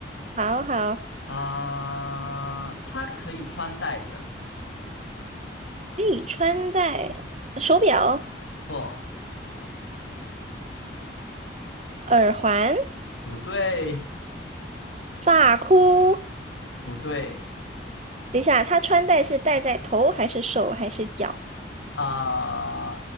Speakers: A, on the right; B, on the left.
A: 好好，可
B: 啊、它可以穿戴的，
A: 以穿戴手表、
B: 错，
A: 耳环、
B: 不对。
A: 发箍。
B: 不对
A: 等一下，他穿戴是戴在头还是手还是脚？
B: 啊、